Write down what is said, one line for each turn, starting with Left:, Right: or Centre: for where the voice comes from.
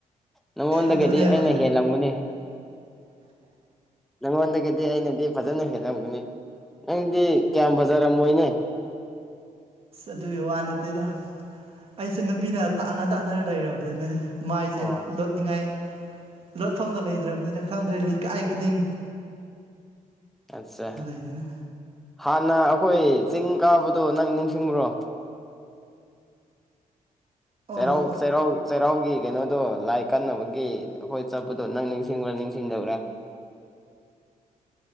Centre: ꯅꯉꯣꯟꯗꯒꯤꯗꯤ
Right: ꯑꯗꯨꯅꯦꯕ
Centre: ꯑꯩꯅ ꯍꯦꯜꯂꯝꯒꯅꯤ ꯅꯪ ꯑꯣꯗ ꯀꯩꯗꯤꯦ ꯑꯩꯅꯗꯤ ꯐꯖꯅ ꯍꯦꯜꯂꯝꯒꯅꯤ ꯅꯪꯗꯤ ꯀꯌꯥꯝ ꯐꯖꯔꯝꯃꯣꯏꯅꯦ
Right: ꯑꯁ ꯑꯗꯨꯒꯤ ꯋꯥ ꯅꯠꯇꯦꯗ ꯑꯩꯁꯦ ꯅꯨꯄꯤꯅ ꯇꯥꯟꯅ ꯇꯥꯅꯔ ꯂꯩꯔꯕꯗꯨꯅꯦ ꯃꯥꯏꯁꯦ
Centre: ꯑꯣ
Right: ꯂꯣꯠꯅꯤꯡꯉꯥꯏ ꯂꯣꯠꯐꯝꯒ ꯂꯩꯇ꯭ꯔꯕꯅꯤꯅ ꯈꯪꯗ꯭ꯔꯦ ꯂꯩꯀꯥꯏ ꯈꯨꯗꯤꯡ
Centre: ꯑꯠꯆꯥ
Right: ꯂꯩꯣꯏꯗꯅ
Centre: ꯍꯥꯟꯅ ꯑꯩꯈꯣꯏ ꯆꯤꯡ ꯀꯥꯕꯗꯣ ꯅꯪ ꯅꯤꯡꯁꯤꯡꯕ꯭ꯔꯣ
Right: ꯑꯣ
Centre: ꯁꯦꯔꯎ ꯁꯦ ꯔꯥꯎ ꯁꯦꯔꯎ ꯑꯩꯒꯤ ꯀꯩꯅꯣꯗꯣ ꯂꯥꯏ ꯀꯟꯅꯕꯒꯤ ꯑꯩꯈꯣꯏ ꯆꯠꯄꯗꯣ ꯅꯪ ꯅꯤꯡꯁꯤꯡꯕ꯭ꯔꯥ ꯅꯤꯡꯁꯤꯡꯖꯧꯔꯦ <inaudible>